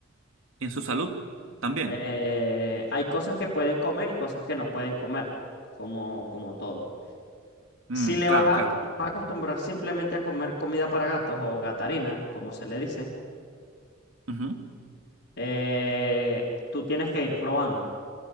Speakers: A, on the right; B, on the left.
A: ¿Y en su salud? También.
B: Eh, hay cosas que pueden comer y cosas que no pueden comer, como, como todo.
A: Mm,
B: Si le
A: claro,
B: vas a,
A: claro.
B: vas a acostumbrar simplemente a comer comida para gatos o gatarina, como se le dice,
A: Ujú.
B: eh, tú tienes que ir probando.